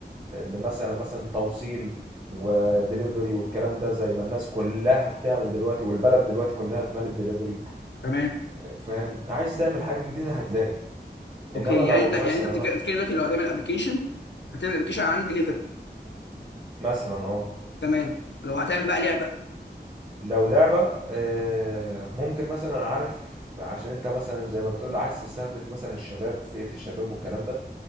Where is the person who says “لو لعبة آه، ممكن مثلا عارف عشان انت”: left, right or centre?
Right